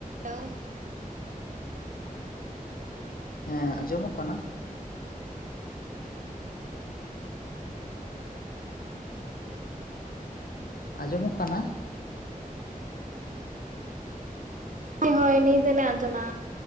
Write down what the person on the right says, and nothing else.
ᱦᱮᱞᱳ
ᱦᱳᱭ ᱦᱳᱭ ᱱᱤᱛ ᱱᱟ ᱟᱱᱛᱚᱱᱟ᱾